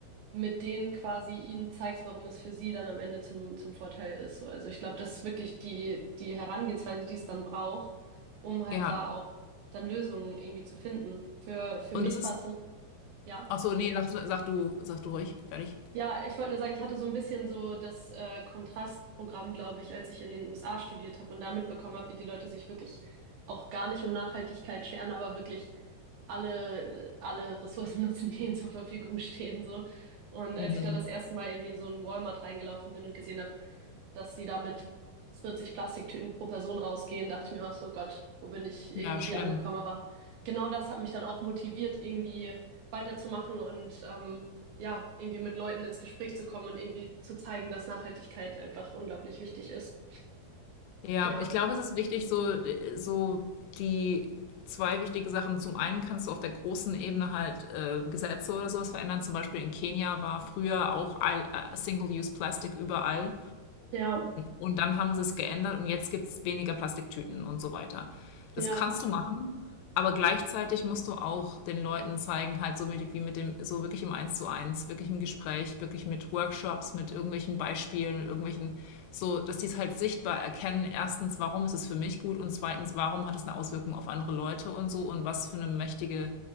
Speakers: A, on the right (about 80°); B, on the left (about 85°).
A: mit denen quasi ihnen zeigst, warum es für sie dann am Ende zum, zum Vorteil ist. So, also ich glaube, das ist wirklich die, die Herangehensweise, die es dann braucht, um halt
B: Ja.
A: da auch dann Lösungen irgendwie zu finden. Für, für
B: Und
A: mich
B: es ist.
A: war es so, ja.
B: Ach so, nee, sag, sag du, sag du ruhig. Fertig.
A: Ja, ich wollte nur sagen, ich hatte so ein bisschen so das äh, Kontrastprogramm, glaube ich, als ich in den USA studiert habe und da mitbekommen habe, wie die Leute sich wirklich auch gar nicht um Nachhaltigkeit scheren, aber wirklich alle, alle Ressourcen <laughs> nutzen, die ihnen zur Verfügung stehen, so. Und
B: Mhm.
A: als ich da das erste Mal irgendwie in so einen Walmart reingelaufen bin und gesehen habe, dass sie da mit 40 Plastiktüten pro Person rausgehen, dachte ich mir auch so, Gott, wo bin ich irgendwie
B: Ja, schlimm.
A: hier angekommen? Aber genau das hat mich dann auch motiviert, irgendwie weiterzumachen und ähm, ja, irgendwie mit Leuten ins Gespräch zu kommen und irgendwie zu zeigen, dass Nachhaltigkeit einfach unglaublich wichtig ist.
B: Ja,
A: Ja,
B: ich glaube, es ist wichtig, so, so die zwei wichtige Sachen. Zum einen kannst du auf der großen Ebene halt äh, Gesetze oder sowas verändern. Zum Beispiel in Kenia war früher auch all- äh, Single-Use-Plastik überall.
A: ja,
B: Und dann haben sie es geändert und jetzt gibt es weniger Plastiktüten und so weiter. Das
A: ja,
B: kannst du machen, aber gleichzeitig musst du auch den Leuten zeigen, halt so mit, wie mit dem, so wirklich im Eins zu eins, wirklich im Gespräch, wirklich mit Workshops, mit irgendwelchen Beispielen und irgendwelchen, so, dass die es halt sichtbar erkennen. Erstens, warum ist es für mich gut und zweitens, warum hat es eine Auswirkung auf andere Leute und so und was für eine mächtige